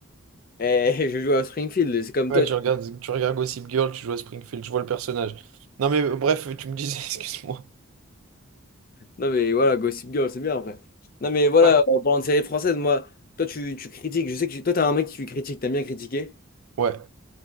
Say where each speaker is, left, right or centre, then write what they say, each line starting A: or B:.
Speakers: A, on the left (about 40°); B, on the right (about 75°).
A: eh, <laughs> je joue à Springfield, c'est comme
B: Ouais,
A: toi.
B: tu
A: tu-
B: regardes, tu regardes Gossip Girl, tu joues à Springfield, je vois le personnage. Non, mais euh, bref, tu me disais, <laughs> excuse-moi.
A: Non, mais voilà, Gossip Girl, c'est bien après. Non, mais voilà,
B: Ouais,
A: en parlant de séries françaises, moi, toi, tu, tu critiques. Je sais que tu- toi, t'es un mec qui critique, t'aimes bien critiquer.
B: ouais,